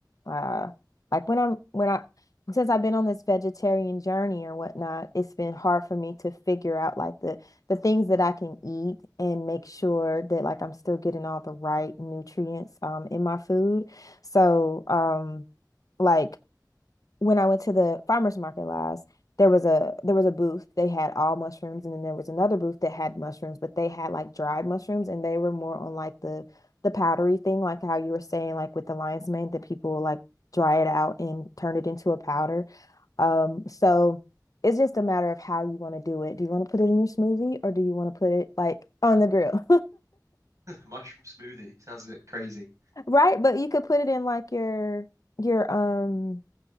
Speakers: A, on the left (about 50°); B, on the right (about 45°).
A: uh, like when I'm when I since I've been on this vegetarian journey or whatnot, it's been hard for me to figure out like the the things that I can eat and make sure that like I'm still getting all the right nutrients um, in my food. So um, like when I went to the farmers market last, there was a there was a booth. They had all mushrooms, and then there was another booth that had mushrooms, but they had like dried mushrooms, and they were more on like the the powdery thing, like how you were saying, like with the lion's mane, that people like dry it out and turn it into a powder. Um, so it's just a matter of how you want to do it. Do you want to put it in your smoothie, or do you want to put it like on the grill,
B: Mushroom smoothie sounds a bit crazy.
A: <laughs> right? But you could put it in like your your um